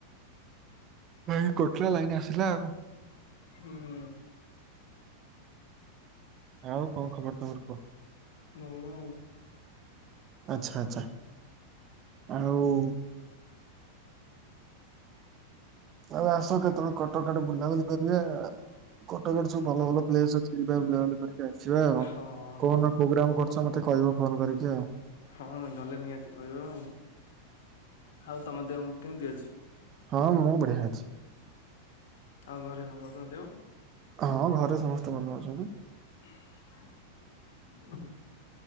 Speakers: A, on the right (about 30°); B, on the left (about 55°).
A: ଏଇ କଟିଲା ଲାଇନ ଆସିଲା ଆଉ
B: ହୁଁ।
A: ଆଉ କଣ ଖବର ତମର କୁହ?
B: ଭଲ ଆଉ
A: ଆଚ୍ଛା ଆଛା ଆଉ ଆଉ ଆସ କେତେବେଳେ କଟକ ଆଡ଼େ ବୁଲାବୁଲି କରିବା ଆଉ କଟକରେ ସବୁ ଭଲ ଭଲ ପ୍ଲେସ ଅଛି ଯିବା ବୁୁଲା ବୁଲି କରିକି ଆଇବା। ଯିବା ଆଉ
B: ହଁ
A: କୋଉଦିନ
B: ହଁ
A: ପ୍ରୋଗ୍ରାମ କରୁଛ ମତେ କହିବ ଫୋନ କରିକି ଆଉ
B: ହଁ ନଲେ ନିହାତି କହିବା ଆଉ ଆଉ ତମ ଦେହ କେମିତି ଅଛି?
A: ହଁ ମୁଁ ବଢିଆ ଅଛି।
B: ଆଉ ଘରେ ସମସ୍ତଙ୍କ ଦେହ
A: ହଁ ଘରେ ସମସ୍ତେ ଭଲ ଅଛନ୍ତି।
B: କ